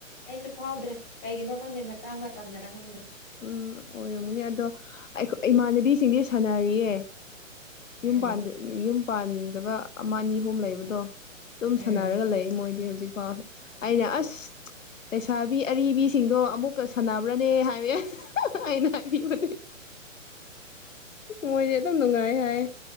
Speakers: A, on the left; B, on the left.
A: ꯑꯩꯁꯨ ꯐꯥꯎꯗ꯭ꯔꯦ ꯀꯩꯒꯤꯅꯣ ꯈꯪꯗꯦ ꯃꯇꯥꯡ ꯃꯇꯝꯗꯅ ꯈꯪꯗꯦ
B: ꯎꯝ ꯑꯣꯏꯔꯝꯃꯨꯅꯦ ꯑꯗꯣ ꯑꯩꯈ ꯏꯃꯥꯟꯅꯕꯤꯁꯤꯡꯗꯤ ꯁꯥꯟꯅꯔꯤꯌꯦ
A: ꯎꯝ
B: ꯌꯨꯝ ꯌꯨꯝ ꯄꯥꯟꯗꯒ ꯑꯃ ꯑꯅꯤ ꯑꯍꯨꯝ ꯂꯩꯕꯗꯣ ꯑꯗꯨꯝ
A: ꯎꯝ
B: ꯁꯥꯟꯅꯔꯒ ꯂꯩ ꯃꯣꯏꯗꯤ ꯍꯧꯖꯤꯛꯐꯥꯎ ꯑꯩꯅ ꯑꯁ ꯂꯩꯁꯥꯕꯤ ꯑꯔꯤꯕꯤꯁꯤꯡꯗꯣ ꯑꯃꯨꯛꯀ ꯁꯥꯟꯅꯕ꯭ꯔꯅꯦ ꯍꯥꯏꯋ ꯑꯩꯅ ꯍꯥꯏꯕꯤꯕꯅꯦ ꯃꯣꯏꯗꯤꯦ ꯑꯗꯨꯝ ꯅꯨꯡꯉꯥꯏ ꯍꯥꯏ